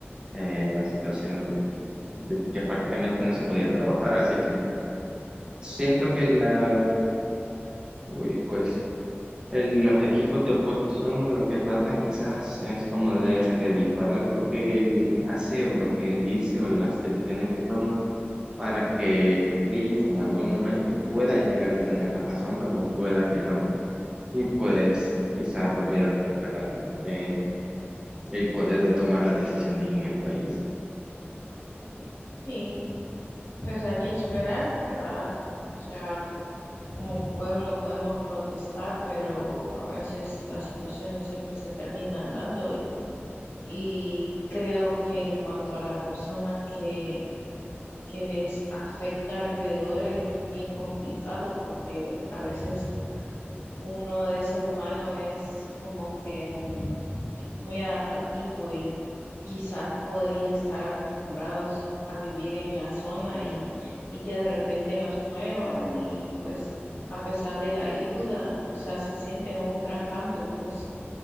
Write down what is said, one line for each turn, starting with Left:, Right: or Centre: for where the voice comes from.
Right: en la situación de que prácticamente no se podía trabajar, así que siento que la... Uy, pues el- los equipos de oposición lo que tratan quizás es como de desacreditar lo que él hace o lo que él dice o las decisiones que toma para que ellos en algún momento puedan llegar a tener la razón como pueda que no y pues quizás volver a recuperar eh, el poder de tomar las decisiones en el país.
Left: Y pues hay que esperar, ¿verdad? O sea, como pueblo podemos protestar, pero a veces las situaciones siempre se terminan dando y, y creo que en cuanto a las personas que, que les afecta alrededor es bien complicado porque a veces uno de ser humano es como que mm, muy adaptativo y quizás podrían estar acostumbrados a vivir en la zona y, y que de repente los muevan y pues a pesar de la ayuda, o sea, se siente un gran cambio, pues